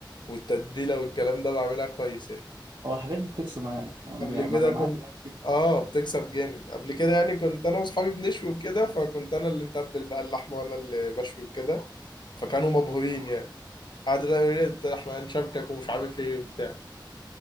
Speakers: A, on the left; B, on the right.
A: والتتبيلة والكلام ده بعملها كويس يعني
B: هو الحاجات دي بتكسب معانا يعني
A: قبل
B: انا
A: كده كنت
B: معاك إنها بتكسب
A: اه بتكسب جامد قبل كده يعني كنت انا واصحابي بنشوي وكده فكنت انا اللي متبل بقى اللحمه وانا اللي بشوي وكده فكانوا مبهورين يعني قعدوا لا يقولوا لي "أنت- احنا هنشاركك ومش عارف ايه وبتاع